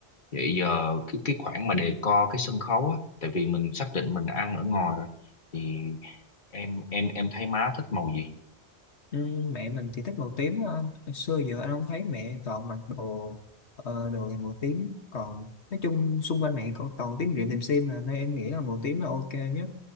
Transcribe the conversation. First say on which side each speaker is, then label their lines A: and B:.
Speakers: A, on the left; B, on the left.
A: vậy giờ cái cái khoản mà đề co cái sân khấu á tại vì mình xác định mình ăn ở ngoài rồi thì em em em thấy má thích màu gì
B: Ừ, mẹ mình thì thích màu tím á anh Hồi xưa giờ anh không thấy mẹ toàn mặc đồ ờ, đồ thì màu tím còn nói chung xung quanh mẹ còn toàn tím rịm tìm sim mà nên em nghĩ là màu tím là ok nhất